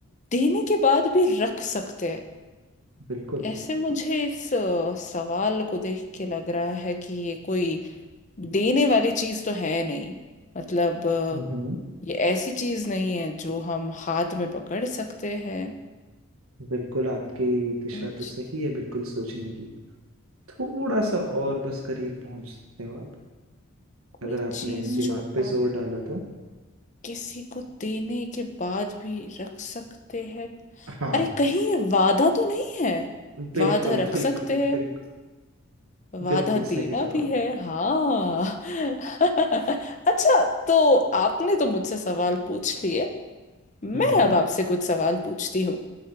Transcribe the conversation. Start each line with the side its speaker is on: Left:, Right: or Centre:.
Left: देने के बाद भी रख सकते हैं
Right: बिल्कुल
Left: ऐसे मुझे इस अ, सवाल को देख के लग रहा है कि ये कोई देने वाली चीज तो है नहीं मतलब अ,
Right: हम्म
Left: ये ऐसी चीज नहीं है जो हम हाथ में पकड़ सकते हैं
Right: बिल्कुल आपकी दिशा
Left: कुछ-
Right: तो सही है बिल्कुल सोचने की थोड़ा सा और बस करीब पहुंच सकते हो आप
Left: कोई
Right: अगर आपने
Left: चीज
Right: हम्म। दिमाग
Left: जो
Right: पे
Left: आप
Right: जोर डाला तो
Left: किसी को देने के बाद भी रख सकते हैं
Right: हाँ
Left: अरे कहीं ये वादा तो नहीं है
Right: बिल्कुल
Left: वादा रख
Right: बिल्कुल
Left: सकते हैं
Right: बिल्कुल
Left: वादा
Right: बिल्कुल
Left: देना
Right: सही जवाब
Left: भी है हाँ <laughs> अच्छा तो आपने तो मुझसे सवाल पूछ लिए मैं
Right: हम्म
Left: अब आपसे कुछ सवाल पूछती हूँ